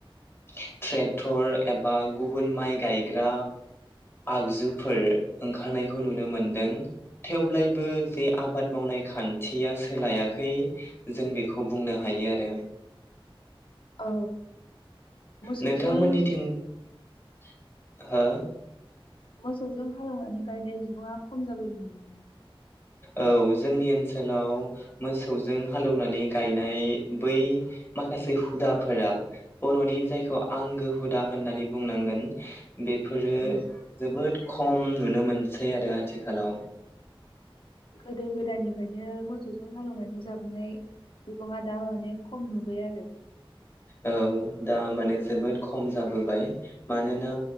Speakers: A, on the left (about 25°); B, on the left (about 65°).
A: ट्रेक्टर एबा गुबुन माइ गाय ग्रा आगजुफोर ओंखारनायखौ नुनो मोनदों थेव्लायबो जे आबाद मावनाय खान्थिया सोलायाखै जों बेखौ बुंनो हायो आरो ।
B: औ मोसौजों
A: नोंथांमोननिथिं <inaudible> हो
B: मोसौजों हालेवनानै गायनाय बिबाङा खम जाबायमोन माने
A: औ जोंनि ओनसोलाव मोसौजों हालौनानै गायनाय बै माखासे हुदाफोरा बर'नि जायखौ आंगो हुदा होननानै बुंनांगोन बेफोरो
B: औ
A: जोबोद खम नुनो मोनसै आरो आथिखालाव ।
B: गोदो गोदायनिफायनो मोसौजों हालौवनानै जाबोनाय बिबाङा दा माने खम नुबाय आरो ।
A: औ दा माने जोबोद खम जाबोबाय मानोना